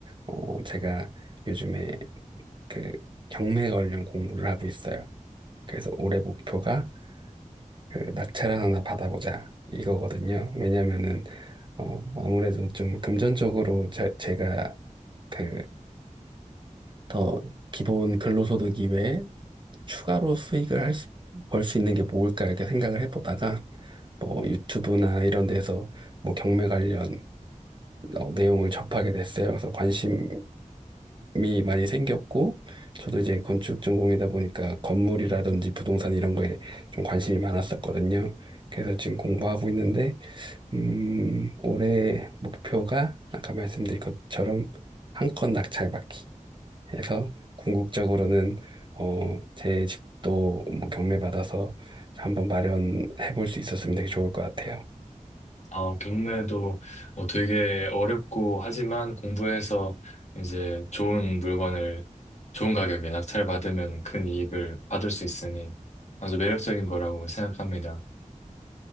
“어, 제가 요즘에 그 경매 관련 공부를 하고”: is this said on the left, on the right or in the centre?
Right